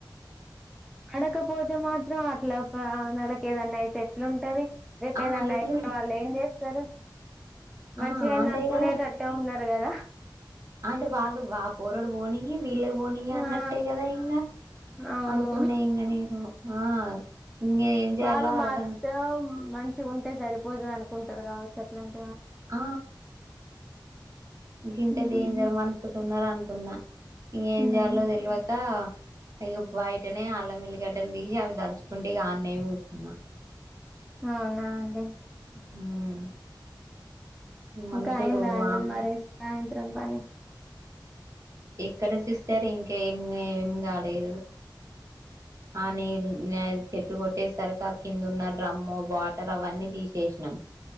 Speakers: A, in the centre; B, on the right (about 40°).
A: అడకపోతే మాత్రం అట్ ఎట్ల ప్రనలకు ఏదన్నా అయితే ఎట్లా ఉంటది చెప్పేదనైతే
B: ఆ ఎట్లుంట
A: వాళ్ళు ఏం చేస్తారు
B: ఆ
A: మంచిగా ఆఇంది
B: అదే
A: అనుకునేటట్టే
B: కదా
A: ఉన్నార్ కదా
B: అంటే వాళ్ళు ఆ పోరడు పోనీ వీళ్ళే పోని అన్నట్టే
A: ఆ
B: కదా ఇంగ
A: అవును
B: అనుకున్నా ఇంగ నేను ఆ ఇంగ ఏం చేయాలో
A: వాళ్ళు
B: అర్థం
A: మాత్రం మంచిగ ఉంటే సరిపోతది అనుకుంటారు కావచ్చు అట్లంటి
B: ఆ గింత
A: హ్మ్
B: డేంజర్ మనుసులు ఉన్నారనుకున్నా ఇంగ ఏం
A: హ్మ్.
B: చేయాలో తెలువక ఇగ బయటనే అల్లం వెల్లిగడ్డలు తీసి అవి దంచుకుంటే ఇగ అన్న కుసున్నా
A: అవునా అండి
B: మ్ మనుషులు
A: ఇంకా అయిందా అండి
B: వామ్మో
A: మరి సాయంత్రం పని
B: ఇక్కడ సిస్టర్ ఇంకా ఏం ఏం కాలేదు అనిల్ అద్ చెట్టు కొట్టేసరికి ఆ కిందున్న డ్రమ్ము వాటర్ అవన్నీ తీసేసిన